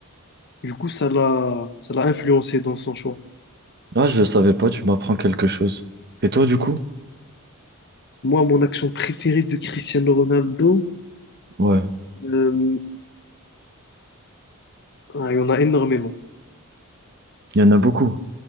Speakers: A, on the left; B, on the right.
A: Du coup, ça l'a, ça l'a influencé dans son choix.
B: Ah, je le savais pas, tu m'apprends quelque chose. Et toi, du coup?
A: Moi, mon action préférée de Cristiano Ronaldo,
B: Ouais,
A: euh, ah, il y en a énormément.
B: il y en a beaucoup.